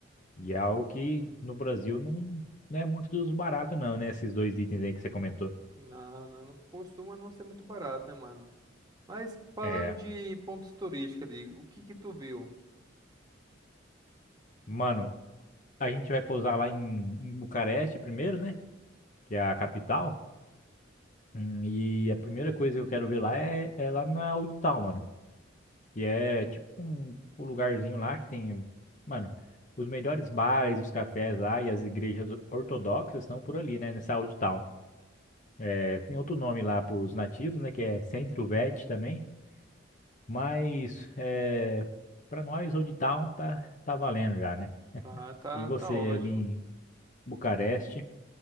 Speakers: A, on the left; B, on the right.
A: e é algo que no Brasil não, não é muito dos baratos, não, né? Esses dois itens aí que você comentou.
B: Não, não, não costuma não ser muito barato, né, mano? Mas falando
A: É,
B: de pontos turísticos ali, o que que tu viu?
A: mano, a gente vai pousar lá em, em Bucareste primeiro, né? Que é a capital. Hum, E a primeira coisa que eu quero ver lá é, é lá na Audital, mano. que é tipo um, um lugarzinho lá que tem, mano, os melhores bares, os cafés lá e as igrejas ortodoxas estão por ali, né, nessa Old Town. É, tem outro nome lá para os nativos, né, que é Centro Vet também, mas é, para nós Old Town tá, tá valendo já, né?
B: Ah, tá,
A: E você
B: tá ótimo.
A: ali em Bucareste, o